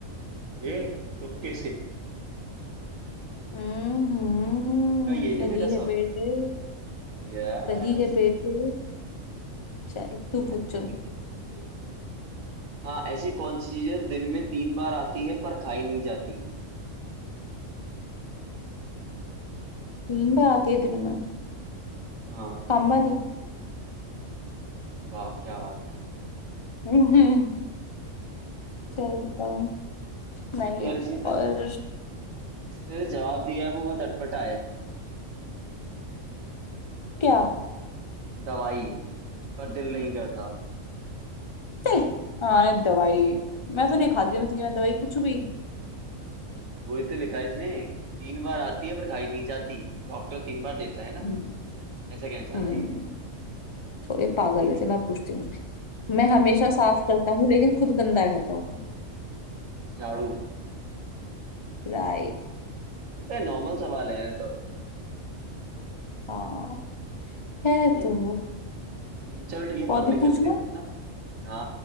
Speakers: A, on the right; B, on the left.
A: ये तुक्के से
B: हम्म
A: तुक्का ये जी
B: सही
A: मेरा
B: है
A: सब
B: बेटे
A: Yes
B: सही है बेटे चल
A: Thank
B: तू पूछ चल
A: you thank you हाँ ऐसी कौन सी चीज है दिन में तीन बार आती है पर खाई नहीं जाती
B: तीन बार आती है दिन में
A: हाँ
B: कम वाली
A: वाह क्या बात है
B: <laughs> हम्म, चल अम, नहीं
A: यार इसने तो
B: और
A: इसने जो जवाब दिया है वो बहुत अटपटा है
B: क्या
A: दवाई पर दिल नहीं करता
B: चल हाँ दवाई मैं तो नहीं खाती मैं तेरी दवाई कुछ भी
A: वही तो लिखा है इसने कि तीन बार आती है पर खाई नहीं जाती डॉक्टर तीन बार देता है ना
B: हम्म
A: ऐसा कहना चाह
B: हम्म,
A: रहा है ये
B: थोड़े पागल
A: यार
B: है
A: कैसे
B: चल मैं पूछती हूँ मैं
A: हाँ
B: हमेशा साफ करता हूँ लेकिन खुद गंदा रहता हूँ
A: झाड़ू
B: राइट
A: ये तो नॉर्मल सवाल है यार तो
B: हाँ है
A: हम्म
B: तो
A: हम्म, चलो ठीक है बाद
B: और भी
A: में खेलते
B: पूछना
A: हैं अब, है ना ना